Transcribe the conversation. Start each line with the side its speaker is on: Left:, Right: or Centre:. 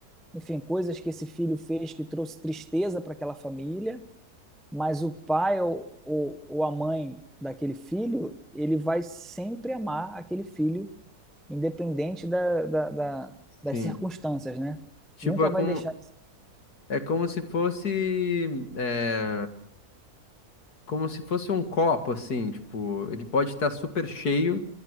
Centre: enfim, coisas que esse filho fez que trouxe tristeza para aquela família, mas o pai ou, ou, ou a mãe daquele filho, ele vai sempre amar aquele filho independente da, da- da- das
Left: Sim.
Centre: circunstâncias, né?
Left: Tipo,
Centre: Nunca
Left: é
Centre: vai
Left: como,
Centre: deixar.
Left: é como se fosse, é, como se fosse um copo, assim, tipo, ele pode estar super cheio,